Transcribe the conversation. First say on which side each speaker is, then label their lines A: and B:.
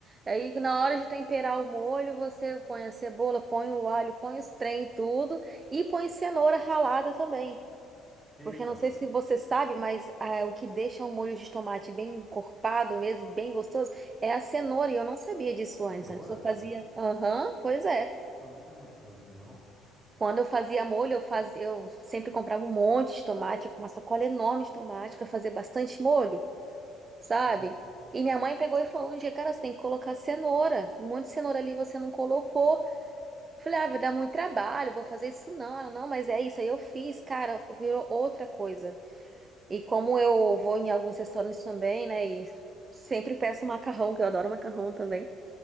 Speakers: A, on the right; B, in the centre.
A: Aí na hora de temperar o molho, você põe a cebola, põe o alho, põe os trem, tudo. E põe cenoura ralada também. Porque
B: Eita,
A: não sei se você sabe, mas ah, o que deixa o molho de tomate bem encorpado mesmo, e bem gostoso, é a cenoura. E eu não sabia disso
B: cenoura?
A: antes. Antes eu fazia. Aham, pois é.
B: Eu não tinha noção disso, não?
A: Quando eu fazia molho, eu fazia, eu sempre comprava um monte de tomate, tipo, uma sacola enorme de tomate para fazer bastante molho. sabe?
B: Sim.
A: E minha mãe pegou e falou um dia, cara, você tem que colocar cenoura. Um monte de cenoura ali você não colocou. Falei, ah, vai dar muito trabalho, vou fazer isso não. Ela, não, mas é isso, aí eu fiz, cara, virou outra coisa. E como eu vou em alguns restaurantes também, né, e sempre peço macarrão, que eu adoro macarrão também.